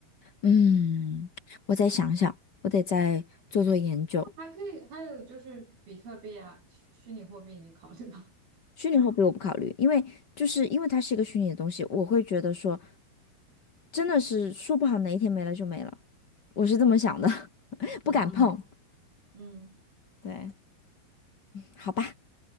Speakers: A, on the left; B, on the right.
A: 嗯，我再想想，我得再做做研究。
B: 还可以，还有就是比特币啊，虚虚拟货币，你考虑吧。
A: 虚拟货币我不考虑，因为就是因为它是一个虚拟的东西，我会觉得说真的是说不好哪一天没了就没了，我是这么想的，<laughs>
B: <laughs> 嗯
A: 不敢碰。
B: 嗯，
A: 对，好吧，